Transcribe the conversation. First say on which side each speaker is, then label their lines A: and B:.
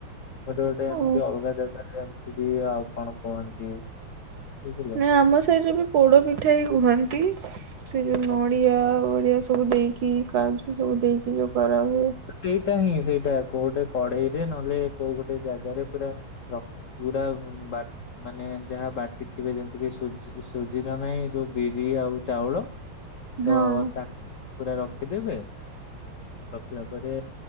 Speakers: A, on the left (about 75°); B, on the right (about 70°).
A: ଗୋଟେ ଗୋଟେ ଏମିତି
B: ଓ
A: ଅଲଗା ଜାଗାରେ ଏମିତି ବି ଆଉ କଣ କୁହନ୍ତି। ବୁଝିଲେ।
B: ନା ଆମ ସାହିରେ ବି ପୋଡ ପିଠା ହି କୁହନ୍ତି। ସେ ଯୋଉ
A: ହଁ।
B: ନଡ଼ିଆ ଓଡିଆ ସବୁ ଦେଇକି କାଜୁ ସବୁ ଦେଇକି ଯୋଉ କରାହୁଏ।
A: ସେଇଟା ହିଁ ସେଇଟା କୋଉଟା କଡେଇରେ ନହେଲେ କୋଉ ଗୋଟେ ଜାଗାରେ ପୁରା ରଖି ପୁରା ବା ମାନେ ଯାହା ବାଣ୍ଟି ଥିବେ ଯେମିତି କି ସୂଜି ସୁଜି ନା ନାଇଁ ଯୋଉ ବିରି ଆଉ ଚାଉଳ
B: ହଁ।
A: ତ ତାକୁ ପୁରା ରଖିଦେବେ
B: <inaudible>
A: ରଖିଲା ପରେ